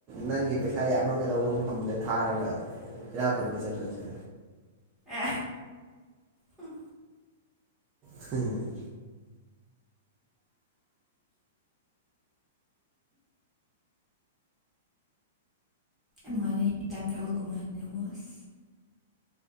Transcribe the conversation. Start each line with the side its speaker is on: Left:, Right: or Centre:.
Right: ꯅꯪꯒꯤ ꯄꯩꯁꯥ ꯌꯥꯝꯔꯝꯒꯗꯧꯕ ꯃꯐꯝꯗ ꯊꯥꯔꯒ ꯏꯅꯥꯛ ꯈꯨꯨꯟꯕ ꯆꯠꯂꯁꯦ
Centre: ꯑꯦ ꯍꯨꯡ
Right: ꯍꯝ
Centre: ꯌꯥꯝ ꯅꯨꯡꯉꯥꯏꯒꯅꯤ ꯢ ꯇꯥꯏꯝ ꯇ꯭ꯔꯥꯕꯦꯜꯒꯨꯝꯃꯥꯢꯅꯀꯣ <unintelligible> ꯑꯁ